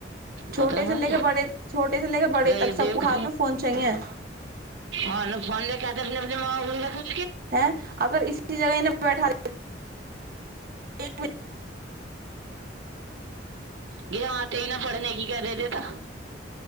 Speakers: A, on the right; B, on the right.
A: पतरंग
B: छोटे से
A: आ
B: लेके
A: गए
B: बड़े छोटे से लेके बड़े
A: गए
B: तक सबको
A: देव के
B: हाथ मे फोन चााहए
A: ह फो ल काने देख
B: हँ अगर इस ी जगह बैठा <inaudible>
A: गहतेी ने पढ़ने की क देेते तऽ